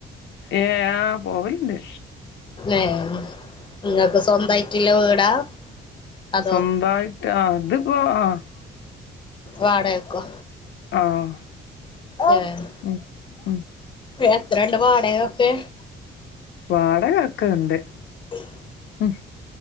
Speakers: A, on the left; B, on the left.
A: ഏഹ് ആഹാ പോവല്ണ്ട്
B: ഏഹേ ഇങ്ങക്ക് സ്വന്തയിട്ടില്ലെ വീടാ? അതോ
A: സ്വന്തായിട്ട് ആ ഇതിപ്പോ ആ
B: വാടകക്കോ?
A: ആഹാ
B: ഏഹ്
A: ഉം ഉം
B: എത്രെണ്ട് വാടകക്കെ?
A: വാടകക്കെണ്ട്
B: <inaudible>
A: ഉം